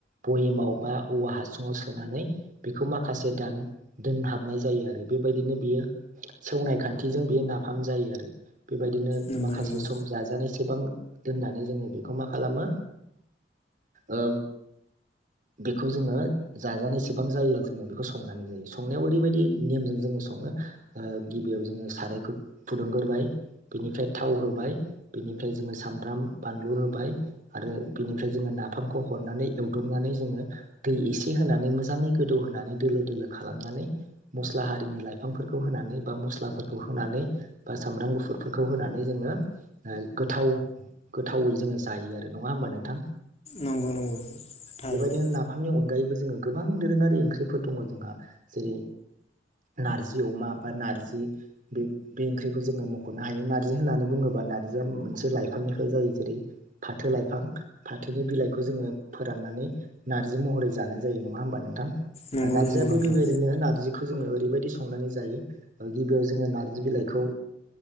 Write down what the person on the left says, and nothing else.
नंगौ
नंगौ
नंगौ नंगौ थारैनो
नंगौ
नंगौ नोंथां